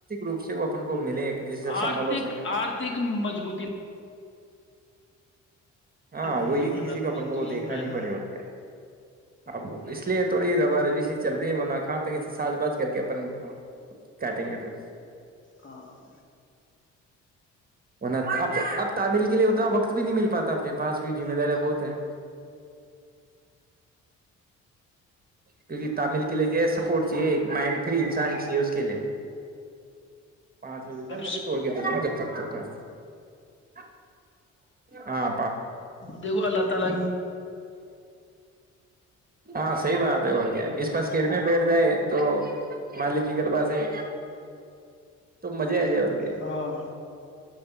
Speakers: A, on the right; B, on the left.
A: روپ سے وہ اپن کو ملے جس سے سمبل
B: آرھک
A: ہو سکے
B: آرتھک مضبوط نہیں
A: ہاں
B: نہیں
A: وہی
B: مل
A: کہ
B: رہا
A: کسی کوپن
B: مین
A: کو
B: تو یہی
A: دیکھنا
B: ہو رہا
A: نہیں
B: ہے نا
A: پڑے اور کیا اب اس لیے تھوڑی ربا ربی سی چل رہی ہے ہو ن کہاں تکے سج بج کر کے اپن گاؤ کاٹیں گے پھر
B: ہاں
A: ہو اب اب تعمل کے لیے اتنا وقت بھی نہیں مل پاتا اپنے پ ف جم دار بہت ہیں کیونکہ تمل کے لیے کیا سپورٹ چاہیے ایک مائنڈ فری انسان چاہیے اس کے لیے پانچ ل
B: اب
A: میں نے توڑ کے د د نا جب تک تو ہا
B: دیکھو اللہ تعالی
A: ہاں صی بات ہے اور کیا اس پس کےڑمی بیٹ جائے تو مالک کی کرپا سے تو مزے آ جائے اور کہ
B: ہاں